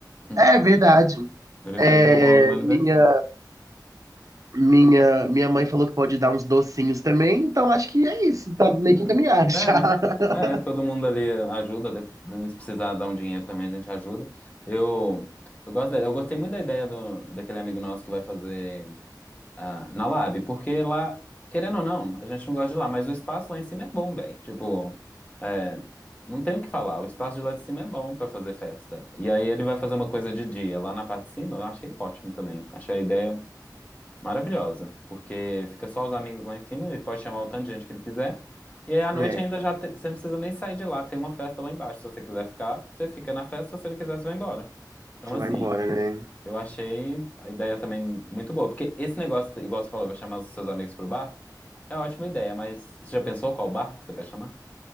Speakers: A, on the left; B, on the right.
A: hum.
B: é verdade.
A: Ele
B: É,
A: fez no bolo do meu aniversário.
B: minha, minha, minha mãe falou que pode dar uns docinhos também, então acho que é isso, tá meio
A: Não.
B: que encaminhado
A: É,
B: já. <laughs>
A: é, todo mundo ali ajuda, de- se precisar dar um dinheiro também, a gente ajuda. Eu, eu gosto da- eu gostei muito da ideia do, daquele amigo nosso que vai fazer. ah, na Lab, porque lá, querendo ou não, a gente não gosta de lá, mas o espaço lá em cima é bom, velho. Tipo, é, não tem o que falar, o espaço de lá de cima é bom pra fazer festa. E aí ele vai fazer uma coisa de dia lá na parte de cima, eu achei ótimo também. Achei a ideia maravilhosa, porque fica só os amigos lá em cima, ele pode chamar o tanto de gente que ele quiser. E aí à noite
B: É,
A: ainda já te- você não precisa nem sair de lá, tem uma festa lá embaixo. Se você quiser ficar, você fica na festa, se você não quiser, você vai embora. Então,
B: você
A: assim,
B: vai embora, né?
A: eu achei a ideia também muito boa, porque esse negócio, igual você falou, vai chamar os seus amigos pro bar, é uma ótima ideia, mas você já pensou qual bar que você vai chamar?